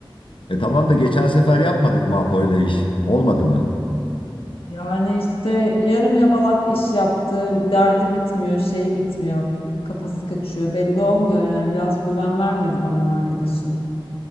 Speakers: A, on the left; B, on the left.
A: e tamam da geçen sefer yapmadık mı APO ile iş? Olmadı mı?
B: Yani işte yarım yamalak iş yaptı. Derdi bitmiyor, şeyi bitmiyor. Kafası kaçıyor. Belli olmuyor yani. Biraz güven vermedi bana o arkadaşın.